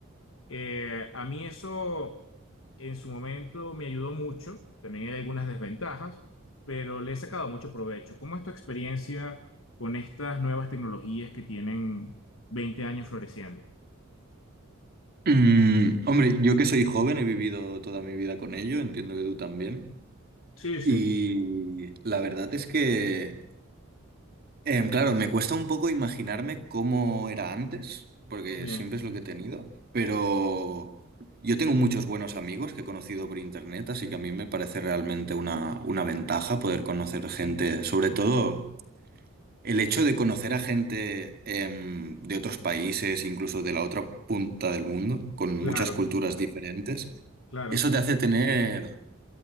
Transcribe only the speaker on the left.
Eh, a mí eso en su momento me ayudó mucho, también hay algunas desventajas, pero le he sacado mucho provecho. ¿Cómo es tu experiencia con estas nuevas tecnologías que tienen 20 años floreciendo?
Sí, sí,
bien,
claro,
claro.